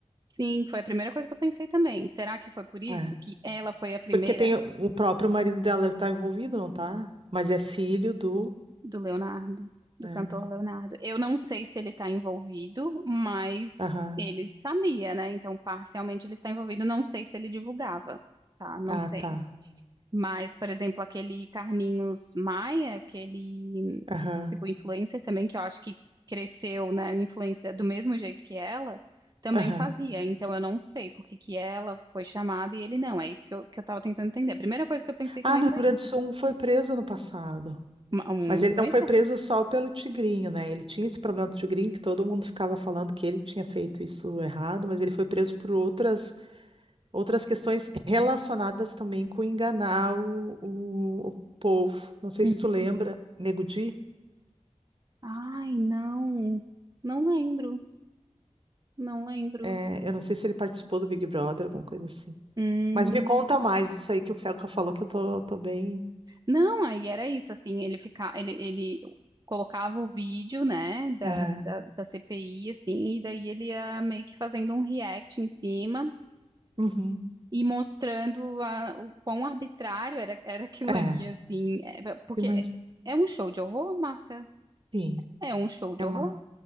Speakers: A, on the right (about 35°); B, on the right (about 50°).
A: Sim, foi a primeira coisa que eu pensei também. Será que foi por isso
B: É.
A: que ela foi a primeira
B: Porque tem o o próprio marido dela deve estar envolvido, não tá? Mas é filho do.
A: do Leonardo, do
B: É,
A: cantor
B: né?
A: Leonardo? Eu não sei se ele está envolvido, mas
B: Aham.
A: ele sabia, né? Então, parcialmente ele está envolvido. Não sei se ele divulgava, tá? Não
B: Ah,
A: sei.
B: tá.
A: Mas, por exemplo, aquele Carlinhos Maia, aquele
B: Aham.
A: tipo influencer também, que eu acho que cresceu na influência do mesmo jeito que ela, também
B: Aham.
A: fazia. Então eu não sei por que que ela foi chamada e ele não. É isso que eu, que eu tava tentando entender. A primeira coisa que eu pensei
B: Ah,
A: também
B: no Rio
A: foi
B: Grande
A: isso.
B: do Sul um foi preso no passado.
A: Uma- Um
B: Mas
A: influencer?
B: ele não foi preso só pelo tigrinho, né? Ele tinha esse problema do tigrinho que todo mundo ficava falando que ele tinha feito isso errado, mas ele foi preso por outras Outras questões relacionadas também com enganar o, o, o povo. Não sei
A: Uhum.
B: se tu lembra, Nego Di,
A: Ai, não. Não lembro. Não lembro.
B: é, eu não sei se ele participou do Big Brother, alguma coisa assim.
A: Hum.
B: Mas me conta mais isso aí que o Felca falou, que eu tô, tô bem.
A: Não, aí era isso, assim, ele fica, ele, ele colocava o vídeo, né, da,
B: Aham.
A: da, da CPI, assim, e daí ele ia meio que fazendo um react em cima
B: Uhum.
A: e mostrando a, o quão arbitrário era, era aquilo
B: É,
A: ali, assim, É, porque
B: mas
A: é um show de horror, Marta?
B: enfim,
A: É um show de
B: é
A: horror?
B: uma,